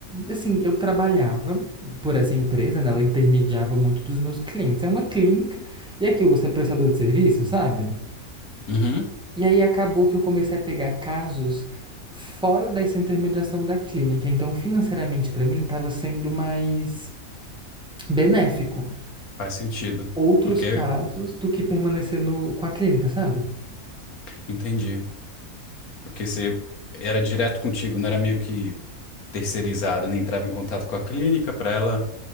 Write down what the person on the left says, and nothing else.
Uhum,
faz sentido,
porque
entendi, porque você era direto contigo, não era meio que terceirizada né, entrava em contato com a clínica para ela